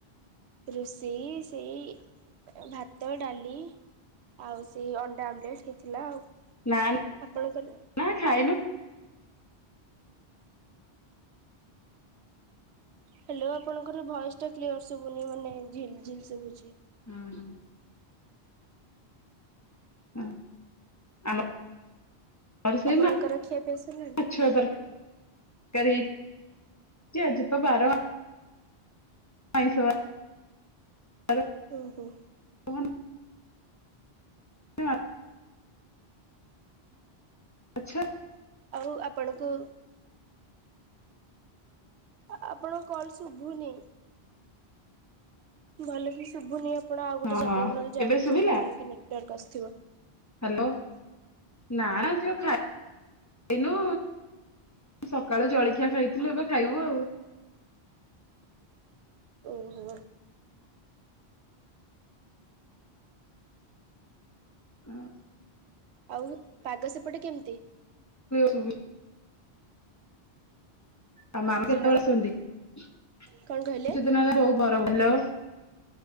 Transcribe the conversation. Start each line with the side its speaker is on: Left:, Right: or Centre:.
Right: ରୋଷେଇ ସେଇ ଭାତ, ଡାଲି ଆଉ ସେଇ ଅଣ୍ଡା ଆମଲେଟ ହେଇଥିଲା ଆଉ।
Left: ନା
Right: ଆପଣଙ୍କର
Left: ନା ଖାଇନୁ।
Right: ହ୍ୟାଲୋ ଆପଣଙ୍କର ଭଏସ ଟା କ୍ଲିୟର ଶୁଭୁନି ମାନେ ଝିଲ୍ ଝିଲ୍ ଶୁଭୁଛି।
Left: ଉଁ ହୁଁ। ଉଁ ଆମ ଘରେ ସେଇ
Right: ଆପଣଙ୍କର
Left: ମା ମାଛ
Right: ଖିଆପିଆ ସରିଲାଣି
Left: ତର କାରୀ ହେଇଚି ଆଜି ତ ବାର ଆ ଆଇଁଷ ବାର
Right: ଓହୋ।
Left: <unintelligible> ଆଚଛା।
Right: ଆଉ ଆପଣଙ୍କୁ ଆପଣଙ୍କ କଲ ଶୁଭୁନି। ଭଲ କି ଶୁଭୁନି ଆପଣ ଆଉ ଗୋଟେ
Left: ହଁ
Right: ଜାଗାକୁ
Left: ହଁ
Right: ନହେଲେ ଯାଆନ୍ତୁ
Left: ଏବେ ଶୁଭିଲା
Right: ଯୋଉଠି ଭଲ କି ନେଟୱାର୍କ ଆସିଥିବ।
Left: ହ୍ୟାଲୋ ନା ନା ଝିଅ ଖା ଇନୁ ସକାଳେ ଜଳଖିଆ ଖାଇଥିଲୁ ଏବେ ଖାଇବୁ ଆଉ।
Right: ଓହୋ।
Left: ହୁଁ।
Right: ଆଉ ପାଗ ସେପଟ କେମତି?
Left: <unintelligible> ତମ ମାମ
Right: ହ୍ୟାଲୋ।
Left: କେତେବେଳେ ଆସନ୍ତି? କିଛି
Right: କଣ କହିଲେ?
Left: ଦିନ ହେଲା ବହୁତ୍ ଗରମ୍ ହଉଛି ହାଲୋ।